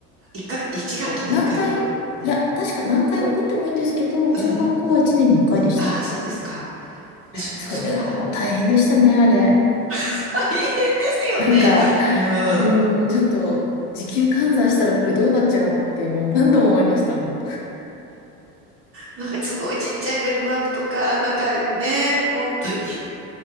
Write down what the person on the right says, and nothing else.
一か、一学期に1回とか。
うん、
うん。ああ、そうですか。私、
もうそこまでは。
<laughs> 大変ですよね。
うん。
なんかすごいちっちゃいベルマークとか、なんかね、本当に。